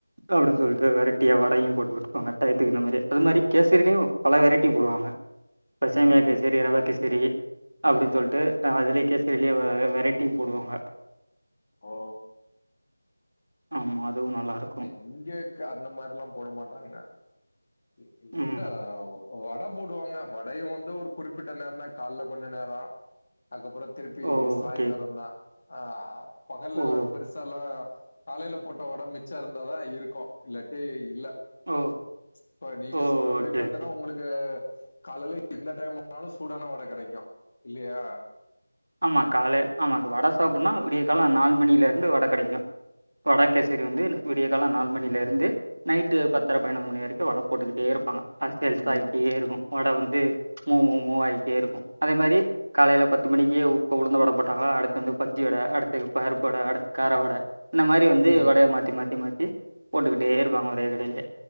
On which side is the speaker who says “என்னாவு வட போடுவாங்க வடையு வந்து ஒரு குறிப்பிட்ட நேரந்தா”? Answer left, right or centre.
Left